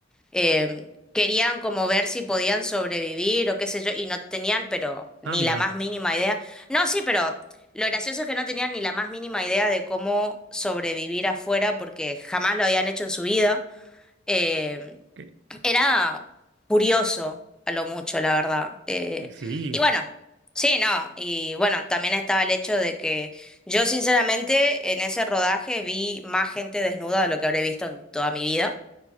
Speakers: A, in the centre; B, on the right.
A: eh, querían como ver si podían sobrevivir o qué sé yo, y no tenían, pero ni
B: Ah, mira.
A: la más mínima idea. No, sí, pero lo gracioso es que no tenían ni la más mínima idea de cómo sobrevivir afuera porque jamás lo habían hecho en su vida. Eh,
B: que-
A: era curioso a lo mucho, la verdad. Eh,
B: que Sí,
A: y bueno. Sí, no, y bueno, también estaba el hecho de que yo sinceramente en ese rodaje vi más gente desnuda de lo que habré visto en toda mi vida.